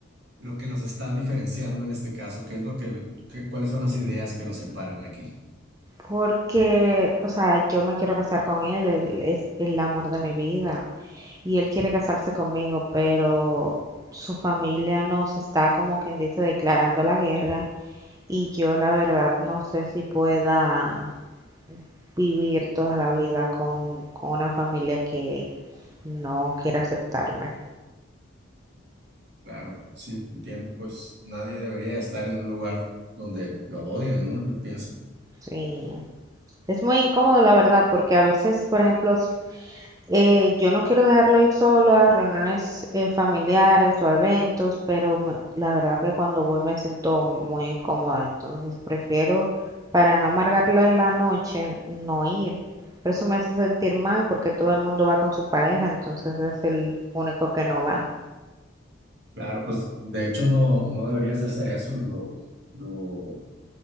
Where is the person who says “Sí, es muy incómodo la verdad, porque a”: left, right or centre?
Right